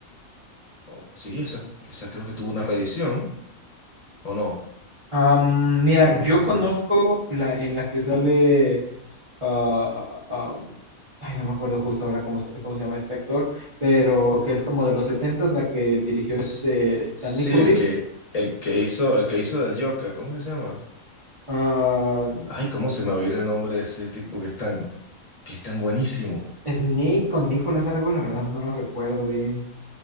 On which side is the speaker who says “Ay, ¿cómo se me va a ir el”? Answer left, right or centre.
Left